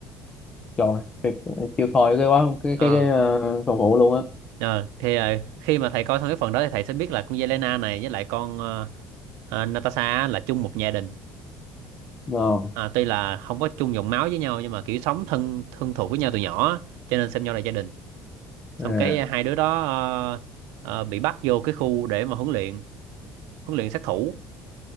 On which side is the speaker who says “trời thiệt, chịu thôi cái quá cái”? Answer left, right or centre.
Left